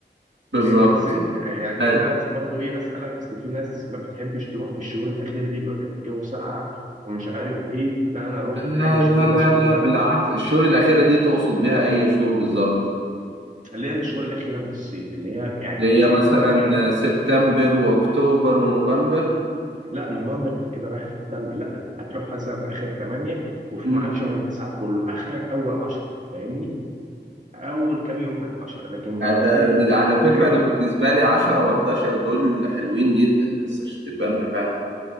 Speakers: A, on the right; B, on the right.
A: بالظبط
B: فاهمني بس انت يعني
A: لا
B: انا عايز برضه ايه اسالك اصل في ناس ما بتحبش تروح في الشهور الاخيره دي بيقول لك الجو ساقع ومش عارف ايه لا انا اروح انا
A: لا
B: عايز اشوف الناس
A: لا
B: كلها
A: لا بالعكس الشهور الأخيرة دي تقصد بيها أي شهور بالظبط
B: اللي هي الشهور الاخيره من الصيف اللي هي يعني
A: اللي
B: اخر
A: هي مثلا
B: 8
A: سبتمبر وأكتوبر ونوفمبر
B: لا نوفمبر انت كده رايح في الثلج لا هتروح مثلا في اخر 8 وفي
A: مم.
B: معاك شهر 9 كله اخرك اول 10 فاهمني اول كام يوم من 10 لكن لو دخلت
A: ده ب- على
B: في-
A: فكرة
B: فيما
A: ده
B: بعد
A: بالنسبة
B: كده
A: لي 10 و11 دول حلوين جدا بس عشان تبقى أنت فاهم